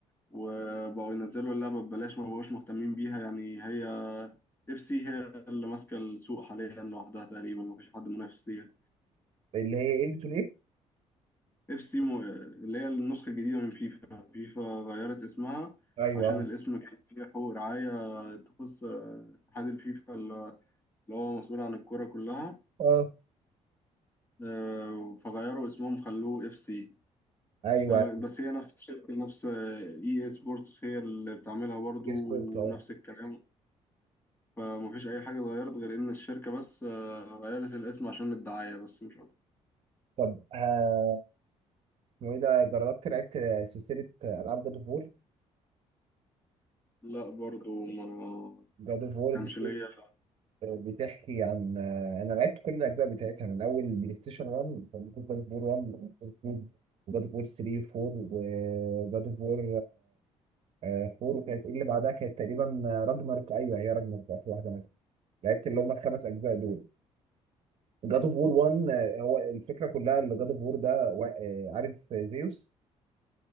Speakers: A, on the left; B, on the right.
A: وبقوا ينزلوا اللعبة ببلاش ما بقوش مهتمين بيها يعني هي إف سي هي اللي ماسكة السوق حاليا لوحدها تقريبا مفيش حد منافس ليها
B: اللي هي ايه بتقول ايه
A: اف سي مو... اللي هي النسخة الجديدة من فيفا فيفا غيرت اسمها
B: ايوه
A: عشان
B: اه
A: الاسم كان فيه حقوق رعاية تخص آه، اتحاد الفيفا اللي هو مسؤول عن الكرة كلها
B: آه،
A: آه، فغيروا اسمهم خلوه اف سي
B: ايوه
A: لا ب- بس هي نفس الشركة نفس آه، اي اي سبورتس هي اللي بتعملها برضو
B: اصبرت
A: ونفس
B: اه
A: الكلام فمفيش أي حاجة اتغيرت غير إن الشركة بس آه، غيرت الاسم عشان الدعاية بس مش أكتر
B: طب ها- اسمه ايه ده جربت لعبت سلسله العاب جاد اوف وور
A: لا برضو ما
B: جاد اوف وور
A: كانش
B: دي
A: ليا
B: آه، بتحكي عن آه، انا لعبت كل الاجزاء بتاعتها من اول بلاي ستيشن 1 جاد اوف وور 1 جاد اوف وور 3 و4 وجاد اوف وور آه، فور وكانت ايه اللي بعدها كانت تقريبا آه، راجناروك ايوه هي راجناروك في اخر واحده مثلا لعبت اللي هم الخمس اجزاء دول جاد اوف وور 1 آه، هو الفكره كلها اللي جاد اوف وور ده وا- آه، عارف زيوس